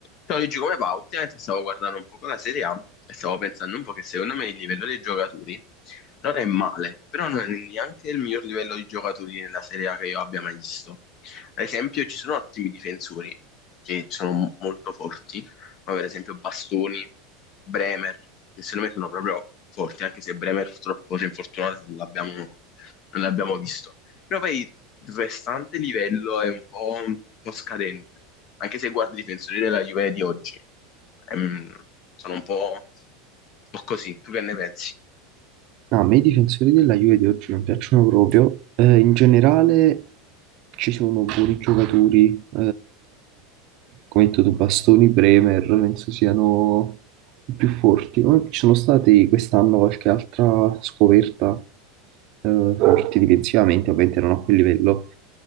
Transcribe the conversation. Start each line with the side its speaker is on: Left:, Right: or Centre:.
Left: Ciao Luigi, come va? Ultimamente stavo guardando un po' la Serie A e stavo pensando un po' che secondo me il livello dei giocatori non è male, però non è neanche il miglior livello di giocatori nella Serie A che io abbia mai visto. Ad esempio ci sono ottimi difensori che sono mo- molto forti, come ad esempio Bastoni, Bremer, che secondo me sono proprio forti, anche se Bremer purtroppo si è infortunato, non l'abbiamo non l'abbiamo visto poi il restante livello è un po', un po' scadente, anche se guardo i difensori della Juve di oggi, ehm, sono un po', un po' così, tu che ne pensi?
Right: No, a me i difensori della Juve di oggi non piacciono proprio. Eh, in generale ci sono buoni giocatori, eh, come hai detto tu, Bastoni, Bremer, penso siano più forti. Poi ci sono state quest'anno qualche altra scoperta eh, forti difensivamente, ovviamente non a quel livello,